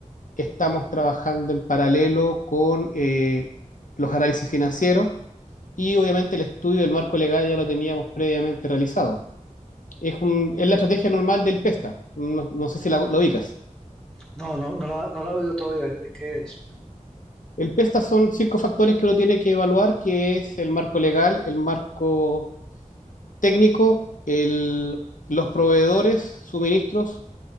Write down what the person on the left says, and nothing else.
estamos trabajando en paralelo con eh, los análisis financieros y obviamente el estudio del marco legal ya lo teníamos previamente realizado. Es, un- es la estrategia normal del PESTA, no, no sé si la, lo ubicas.
El PESTA son cinco factores que uno tiene que evaluar, que es el marco legal, el marco técnico, el, los proveedores, suministros,